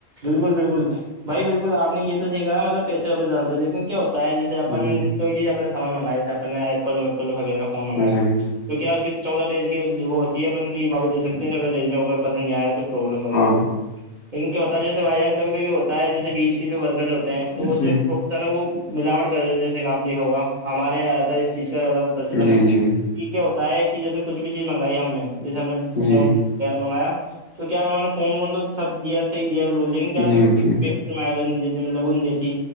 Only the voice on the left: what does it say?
جی
جی
ہاں
جی
جی
جی
جی
جی
جی